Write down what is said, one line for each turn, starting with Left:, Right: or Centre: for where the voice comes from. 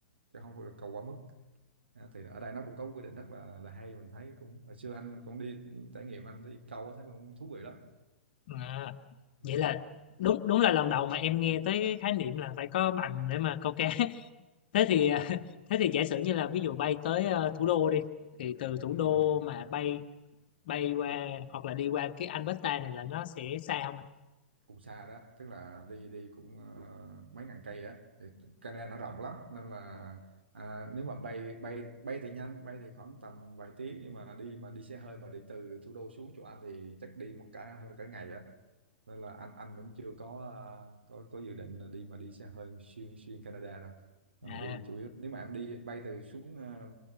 Right: chứ không được câu quá mức đó, thì ở đây nó cũng có quy định rất là là hay mình thấy cũng hồi xưa anh cũng đi trải nghiệm anh đi câu á, thấy cũng thú vị lắm
Left: à.
Right: Ừ.
Left: vậy là đúng đúng là lần đầu mà em nghe tới cái khái niệm là phải có bằng để mà câu cá <laughs> thế thì à, <laughs> thế thì giả sử như là ví dụ bay tới ờ, thủ đô đi thì từ thủ
Right: ừ.
Left: đô mà bay bay qua hoặc là đi qua cái Alberta này là nó sẽ xa không anh
Right: cũng xa đó tức là đi đi cũng ờ, mấy ngàn cây đó thì Canada nó rộng lắm nên là à, nếu mà bay bay bay thì nhanh bay thì khoảng tầm vài tiếng nhưng mà đi mà đi xe hơi mà đi từ thủ đô xuống chỗ Anh thì chắc đi mất cả hơn cả ngày đó nên là anh anh cũng chưa có ờ, có có dự định là đi mà đi xe hơi xuyên xuyên Canada rồi Ờ,
Left: à
Right: đi chủ yếu nếu mà em đi bay từ xuống ờ,